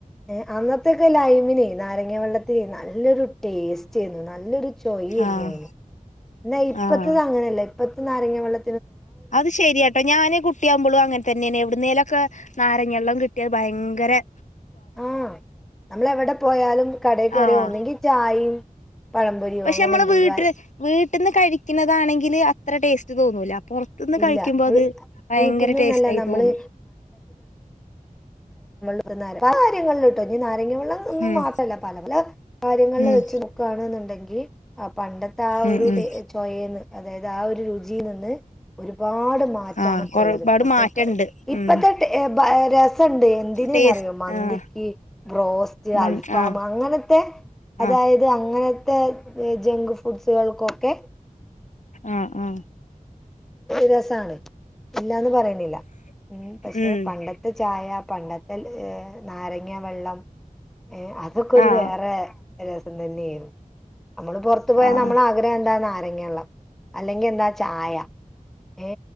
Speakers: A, in the centre; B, on the left (about 60°).
A: ഏഹ് അന്നത്തൊക്കെ ലൈമിനെ നാരങ്ങ വെള്ളത്തിൽ നല്ലൊരു ടേസ്റ്റ് ചെയ്യുന്നു നല്ലൊരു ചോയിരുന്നുന്
B: ആഹ്
A: എന്നാ ഇപ്പത്തത്
B: ആഹ്
A: അങ്ങനെയല്ല പത്തെ നാരങ്ങ വെള്ള
B: അത് ശെരിയാട്ടോ ഞാന് കുട്ടിയാകുമ്പോളും അങ്ങനെ തന്നെയാണ് എവിടുന്നേലൊക്കെ നാരങ്ങെള്ളം കിട്ടിയാ ഭയങ്കര -
A: ആഹ് നമ്മൾ എവിടെ പോയാലും കടയിൽ കേറിയാ
B: ആഹ്
A: ഒന്നെങ്കിൽ ചായയും പഴംപൊരിയോ
B: പക്ഷെ
A: അങ്ങനെ
B: മ്മള്
A: എന്തേലും
B: വീട്ടില്
A: ആയി
B: വീട്ട് ട്ട്ന്ന് കഴിക്കുന്നതാണെങ്കില് അത്ര ടേസ്റ്റ് തോന്നൂല്ല പൊറത്തുന്ന് കഴിക്കുമ്പോ
A: ഇല്ല
B: അത്
A: വീ
B: ഭയങ്കര
A: വീട്ടിൽന്നന്നല്ല
B: ടേസ്റ്റ് ആയി
A: നമ്മള്
B: തോന്നും
A: കയിട്ട <unintelligible> അങ്ങുള്ള ഒന്നും
B: ഉം
A: മാറ്റംല്ല്യ പല പല കാര്യങ്ങളിൽ
B: ഉം
A: വെച്ച് നോക്കേണെന്നുണ്ടെങ്കി ആ പണ്ടത്തെ ആ
B: ഉം
A: ഒരു
B: ഉം
A: ചൊയേൽന്ന് അതായത് ആ ഒരു രുചി നിന്ന് ഒരു ഒരുപാട് മാറ്റാണ്
B: ആഹ്
A: ഇപ്പ
B: ഒരുപാട്
A: ഇള്ളത് ഇപ്പത്തേക്ക്
B: മാറ്റണ്ട്
A: ഇപ്പത്തെ
B: ഉം
A: ടേ ബരെസ് ണ്ട് എന്തിനറിയോ
B: ടേസ്റ്റ്
A: മന്തിക്ക്
B: ആഹ്
A: ബ്രോസ്റ്റ്
B: മൺ
A: അൽഫാം
B: ആഹ്
A: അങ്ങനത്തെ അതായത്
B: ആ
A: അങ്ങനെ ത്തെ ജങ്ക് ഫുഡ്കൾക്കൊക്കെ
B: ആ ആ
A: രസാണ് ഇല്ലാന്ന് പറയണില്ല ഉം പക്ഷെ
B: ഉം
A: പണ്ടത്തെ ചായ പണ്ടത്തെ ലെ നാരങ്ങ വെള്ളം ഏ അതൊക്കെ ഒരു
B: ആഹ്
A: വേറെ രസം തന്നെയായിരുന്നു നമ്മള് പുറത്തു പോയാൽ
B: ആഹ്
A: നമ്മളെ ആഗ്രഹം എന്താ നാ രങ്ങ്യാള്ളം <unintelligible> അല്ലെങ്കി എന്താ ചായ ഏ